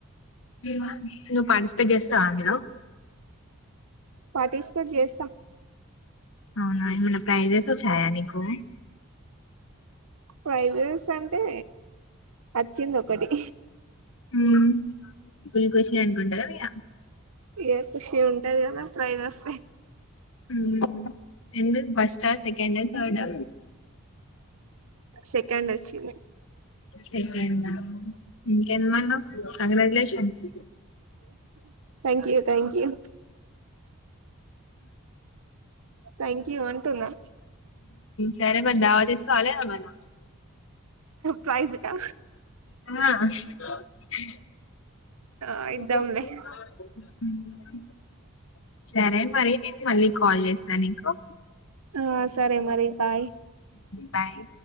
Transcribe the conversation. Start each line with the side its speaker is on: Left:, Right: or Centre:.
Left: <unintelligible> మా నువ్వు పార్టిసిపేట్ చేస్త అగినావ్
Right: పార్టిసిపేట్ చేస్తాం
Left: అవునా మన ప్రైజెస్ వచ్చ యానికు
Right: ఫైజస్ అంటే వచ్చింది ఒకటి
Left: మ్మ కుుల్కషి అనుకుంట కదయా
Right: ఏ ఖుషి ఉంటది కదా ప్రియిస్ వస్తే
Left: మ్ ఎందు ఫస్ట్ సెకండ థర్దా
Right: సెకండ్ వచ్చింది
Left: సెకండ ఇంకె మన్నా congratulations
Right: thank you thank you thank you అంటున్నా
Left: సర అధావాదిస్త హాల మరి
Right: ప్రైజ్ కా
Left: ఆ <unintelligible>
Right: ఆ ఇద్దాంలే
Left: సరే మరి నేను మళ్ళీ కాల్ చేస్తా నికు
Right: ఆ సరే మరి భాయ్
Left: బాయ్